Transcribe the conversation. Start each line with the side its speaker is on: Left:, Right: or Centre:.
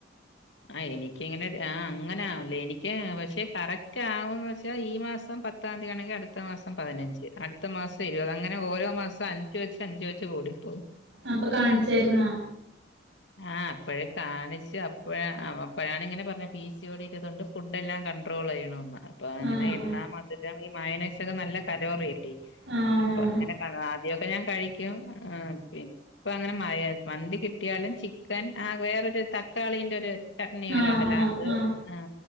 Left: ആ എനിക്കിങ്ങനെ ആ അങ്ങനെ ആവില്ല എനിക്ക് പക്ഷെ കറക്റ്റ് ആവോന്ന് വച്ചാ ഈ മാസം പത്താംതീയാണെങ്കി അടുത്ത മാസം പതിനഞ്ച് അടുത്ത മാസം ഇരുപത് അങ്ങനെ ഓരോ മാസം അഞ്ചുവച്ച് അഞ്ചുവെച്ച് കൂടിപ്പോവും
Right: അപ്പൊ കാണിച്ചാരുന്നോ
Left: ആ അപ്പോഴേ കാണിച്ചു അപ്പോഴാ അപ്പോഴാണ് ഇങ്ങനെ പറഞ്ഞത് പി സി ഒ ടിടെതിണ്ട് ഫുഡ് എല്ലാം കണ്ട്രോള് ചെയ്യണന്ന് അപ്പൊ അങ്ങനെ
Right: ആഹ്
Left: എണ്ണാ മധുരം ഈ <unintelligible> <unintelligible> നല്ല <unintelligible>
Right: ആഹ്
Left: അപ്പൊ അങ്ങനൊക്കെ ആദ്യൊക്കെ ഞാൻ <unintelligible> ആ ഇപ്പങ്ങനെ മയ മന്തി കിട്ടിയാലും ചിക്കൻ ആ വേറൊരു തക്കാളീന്റൊരു ചട്നി പോലണ്ടല്ലോ
Right: ആഹ് ആഹ് ആഹ്
Left: അത്
Right: ആഹ്
Left: ആ